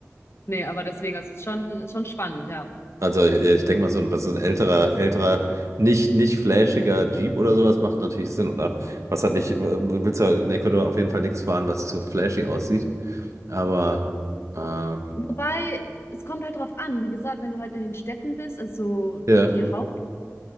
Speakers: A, on the left; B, on the right.
A: nee, aber deswegen, also es ist schon, ist schon spannend, ja.
B: Also ich, ich denke mal, so ein, was so ein älterer, älterer, nicht, nicht flashiger Jeep oder sowas macht natürlich Sinn, oder? Was hat nicht, willst du in Ecuador auf jeden Fall nichts fahren, was zu flashy aussieht? Aber ähm,
A: Wobei, es kommt halt drauf an, wie gesagt, wenn du halt in den Städten bist, also
B: ja,
A: die Haupt